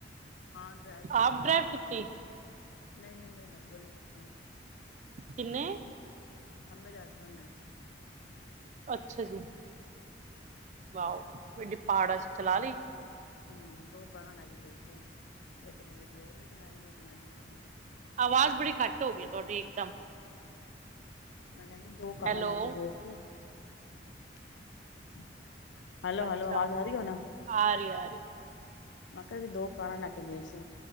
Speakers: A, on the left; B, on the right.
A: ਹਾਂ ਡਰਾਈਵ ਕਰਕੇ
B: ਆਪ ਡਰਾਈਵ
A: ਗਏ ਸੀ
B: ਕੀਤੀ
A: ਕਾਰ, ਨਹੀਂ -ਨਹੀਂ ਮੇਰੇ ਹਸਬੈਂਡ ਨੇ ਦੇਤੇੇ।
B: ਕਿੰਨੇ
A: ਹਾਂ ਮੇਰੇ ਹਸਬੈਂਡ ਨੇ।
B: ਅੱਛਾ ਜੀ, ਵਾਓ, ਗੱਡੀ ਪਹਾੜਾਂ 'ਚ ਚਲਾ ਲਈ।
A: ਹੂੰ ਦੋ ਭਰਾ ਨਾਲ ਵੀ ਗਏ ਸੀ। ਇੱਕ ਮੇਰੇ ਦਿਓਰ ਨੇ ਚਲਾਈ ਇੱਕ ਮੈਂ ਚਲਾਈ ਆ।
B: ਆਵਾਜ਼ ਬੜੀ ਘੱਟ ਹੋ ਗਈ, ਤੁਹਾਡੀ ਇਕਦਮ
A: ਮੈਂ ਕਹਿੰਦੀ ਦੋ ਕਾਰਾਂ
B: ਹੈਲੋ
A: ਲੈ ਕੇ ਗਏ ਸੀ। <inaudible> ਹੈਲੋ
B: ਅੱਛਾ
A: -ਹੈਲੋ ਆਵਾਜ਼ ਆ ਰਹੀ ਹੋ ਨਾ
B: ਆ ਰਹੀ ਆ।
A: ਮੈਂ ਕਿਹਾਸੀ ਦੋ ਕਾਰਾਂ ਲੈ ਕੇ ਗਏ ਸੀ।